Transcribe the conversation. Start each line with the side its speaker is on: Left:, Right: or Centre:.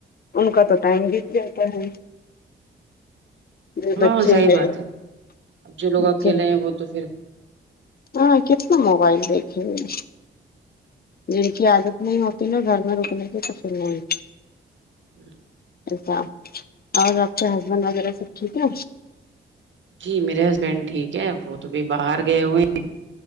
Left: ان کا تو ٹائم بیت جاتا ہے جو بچے
Right: ہاںسہی
Left: ہیں
Right: بات ہے اب جو لوگ
Left: بچے
Right: اکیلے ہیں وہ تو پھر
Left: ہاں کتنا موبائل دیکھے ہوئے جن کی عادت نہیں ہوتی نا گھر میں رکنے کی تو فھر نہیں
Right: ہمم
Left: ایسا اور اپ کا حسبینڈ وغیرہ سب ٹھیک ہے
Right: جی میرے ہسبینڈ ٹھیک ہے وہ تو بھی باہر گئے ہوئے ہے